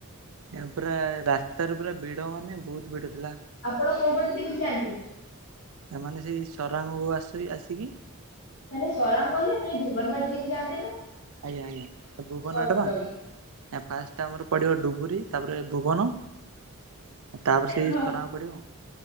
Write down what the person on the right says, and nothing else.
ଏ ପୁରା ରାସ୍ତାରେ ପୁରା ଭିଡ ମାନେ ବହୁତ ଭିଡ। ଥିଲା
ଏମାନେ ସେଇ ସରାଙ୍ଗ କୁ ଆସ ଆସିକି
ଆଜ୍ଞା ଆଜ୍ଞା ଭୁବନ
ବାଟେ ବା,
ଫାଷ୍ଟ ଆମର ପଡିବ ଡୁବରିୀ। ତାପରେ ଭୁବନ। ତାପରେ ସେଇ
ସରାଙ୍ଗ ପଡିବ